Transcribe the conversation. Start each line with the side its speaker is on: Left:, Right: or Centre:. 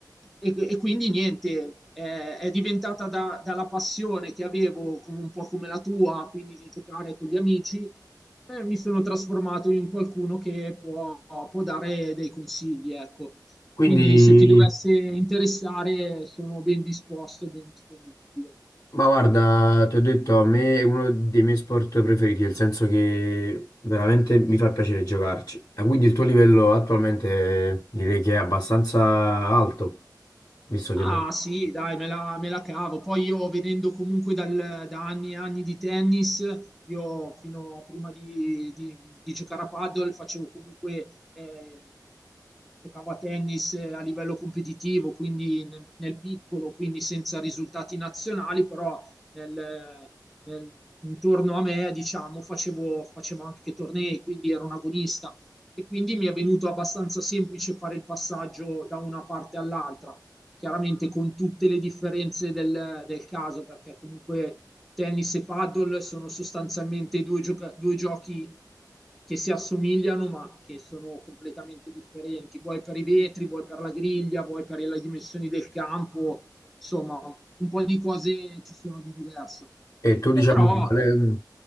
Centre: e, e quindi niente, eh, è diventata da- dalla passione che avevo, come un po' come la tua, quindi di giocare con gli amici, eh, mi sono trasformato in qualcuno che può, può dare dei consigli, ecco.
Left: quindi...
Centre: Quindi se ti dovesse interessare, sono ben disposto e ben disponibile.
Left: Ma guarda, ti ho detto, a me è uno dei miei sport preferiti, nel senso che veramente mi fa piacere giocarci. E quindi il tuo livello attualmente direi che è abbastanza alto, visto che...
Centre: Ah sì, dai, me la, me la cavo. Poi io venendo comunque dal- da anni e anni di tennis, io fino a prima di, di- di giocare a paddle facevo comunque, eh, giocavo a tennis eh, a livello competitivo, quindi nel, nel piccolo, quindi senza risultati nazionali, però nel- nel- intorno a me, diciamo, facevo, facevo anche tornei, quindi ero un agonista e quindi mi è venuto abbastanza semplice fare il passaggio da una parte all'altra chiaramente con tutte le differenze del, del caso, perché comunque tennis e paddle sono sostanzialmente due, gioca- due giochi che si assomigliano ma che sono completamente differenti, vuoi per i vetri, vuoi per la griglia, vuoi per le dimensioni del campo, insomma un po' di cose ci sono di diverso.
Left: E tu,
Centre: Però
Left: diciamo, eh,